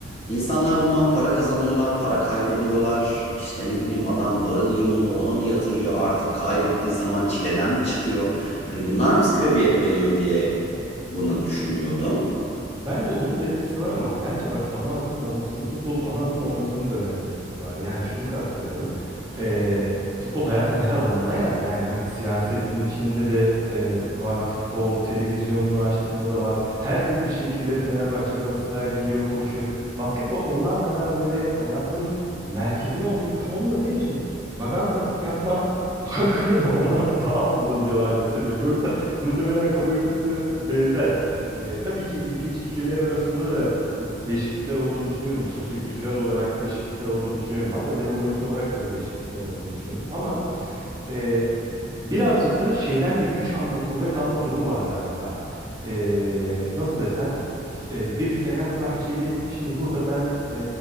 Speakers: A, on the left; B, on the right.
A: insanlar bundan para kazanıyorlar, para kaybediyorlar. İşte ne bileyim adam varını yoğunu ona mı yatırıyor artık kaybettiği zaman çileden mi çıkıyor? Hani bunlar mı sebebiyet veriyor diye bunu düşünüyordum.
B: Bence onun da etkisi var ama bence bak ana akım olmasının, futbolun ana akım olmasının da önemli bir etkisi var. Yani şunu kastediyorum. Eee, futbol hayatın her alanında ya. Yani hani siyasetin içinde de eee, var. Futbol televizyonunu açtığında da var. Herkes bir şekilde Fenerbahçe, Galatasaray biliyor, konuşuyor. Basketbol onlar kadar böyle hayatın merkezine oturmuş olmadığı için magandalık yapma <laughs> hakkını da onlar da daha az bulabiliyorlar gibi hissediyorum. Yoksa muhtemelen kafa yapısı benzer. E, tabii ki izleyici kitleler arasında da değişiklikler olduğunu düşünüyorum. Sosyokültürel olarak değişiklikler olduğunu düşünüyorum. Hatta demografik olarak bile değişiklikler olduğunu düşünüyorum. Ama ee, birazcık da şeyden bir güç alma, kuvvet alma durumu var galiba. Ee, nasıl desem, e, bir Fenerbahçeli, şimdi burada ben e,